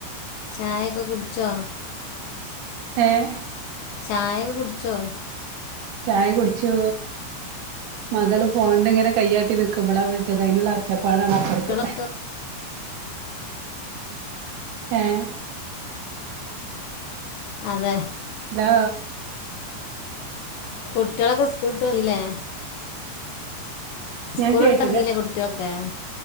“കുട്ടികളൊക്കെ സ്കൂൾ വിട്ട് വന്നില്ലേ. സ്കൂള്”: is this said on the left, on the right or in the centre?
Left